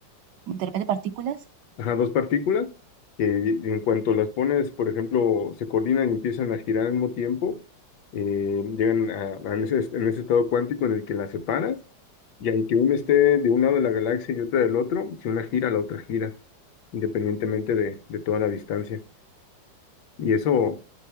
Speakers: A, on the right; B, on the left.
A: de repente partículas.
B: Ajá, dos partículas que en cuanto las pones, por ejemplo, se coordinan y empiezan a girar al mismo tiempo, eh, llegan a, a en ese, en ese estado cuántico en el que las separas, y aunque una esté de un lado de la galaxia y otra del otro, si una gira, la otra gira, independientemente de, de toda la distancia. Y eso,